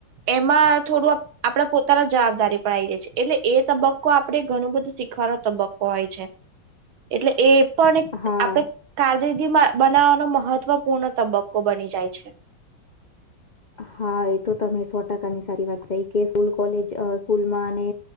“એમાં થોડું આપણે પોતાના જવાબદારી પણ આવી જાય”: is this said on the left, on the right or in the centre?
Right